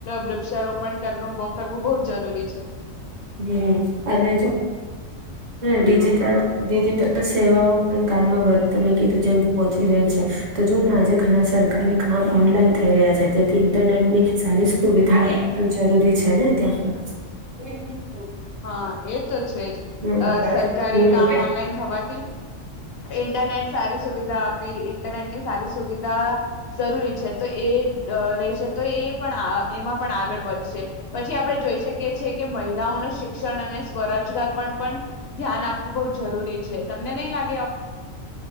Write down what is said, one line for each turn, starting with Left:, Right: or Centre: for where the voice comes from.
Left: વૃક્ષારોપણ કરનો બવ કરવું બહુ જરૂરી છે.
Right: હમ્મ અને ડિજિટલ ડિજિટલ સેવાઓ પણ ગામમાં તમે કીધું જેમ પહોંચી રહી છે. તો જોને આજે ઘણા સરકારી કામ ઓનલાઈન થઈ રહ્યા છે તેથી ઇન્ટરનેટની સારી સુવિધા જરૂરી છે ને ત્યાં પણ.
Left: હા એ તો છે જ.
Right: હમ
Left: અ સરકારી
Right: હમ
Left: કામ ઓનલાઈન થવાથી ઇન્ટરનેટ સારી સુ દા આપી ઇન્ટરનેટ ની સાદી સુવિધા જરૂરી છે. તો એ અ રહેશે તો એ પણ આ એમાં પણ આગળ વધશે. પછી આપડે જોઈ શકીએ છીએ કે મહિલાઓનો અને સ્વરાજગાર પણ પણ ધ્યાન આપવું બઉ જરૂરી છે. તમને નહીં લા